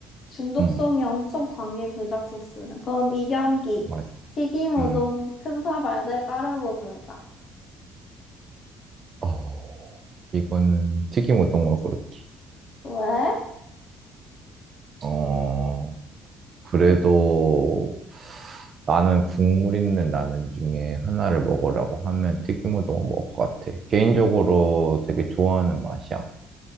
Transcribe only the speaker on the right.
응,
맞지.
응.
어, 이거는 튀김 우동으로 고를게.
어, 그래도 나는 국물 있는 라면 중에 하나를 먹으라고 하면 튀김 우동을 먹을 것 같아. 개인적으로 되게 좋아하는 맛이야.